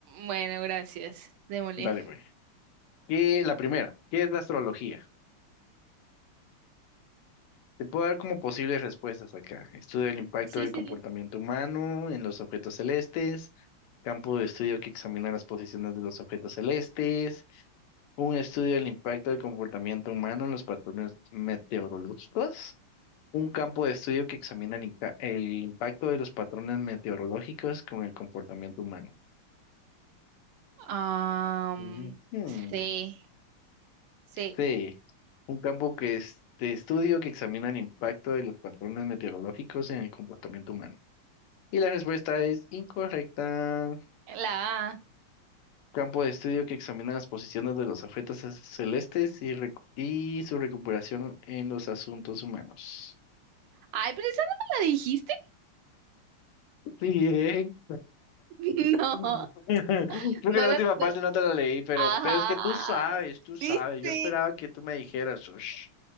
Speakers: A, on the right (about 75°); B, on the left (about 80°).
A: Bueno, gracias. Démosle.
B: Dale, güey. Y la primera, ¿qué es la astrología? Te puedo dar como posibles respuestas acá. Estudio del impacto
A: Sí,
B: del
A: sí.
B: comportamiento
A: sí.
B: humano en los objetos celestes, campo de estudio que examina las posiciones de los objetos celestes, un estudio del impacto del comportamiento humano en los patrones meteorológicos, un campo de estudio que examina el, inca- el impacto de los patrones meteorológicos con el comportamiento humano.
A: Am,
B: Ujú,
A: sí, sí.
B: Sí, un campo que es de estudio que examina el impacto de los patrones meteorológicos en el comportamiento humano. Y la respuesta es incorrecta.
A: La A.
B: Campo de estudio que examina las posiciones de los objetos ce- celestes y, recu- y su recuperación en los asuntos humanos.
A: Ay, pero esa no me la dijiste.
B: Bien.
A: <laughs> No,
B: <laughs> Creo
A: no
B: que la
A: la.
B: última
A: no.
B: parte no te la leí, pero,
A: Ajá.
B: pero es que tú sabes, tú sabes.
A: ¿Viste?
B: Yo esperaba que tú me dijeras. "Ush".